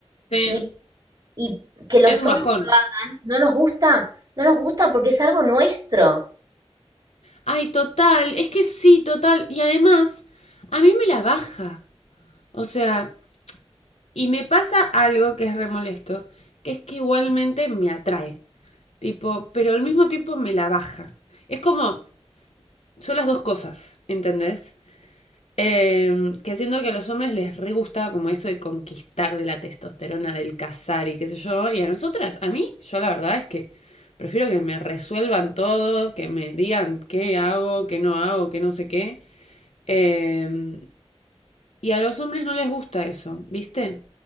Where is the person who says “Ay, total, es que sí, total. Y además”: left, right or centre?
Left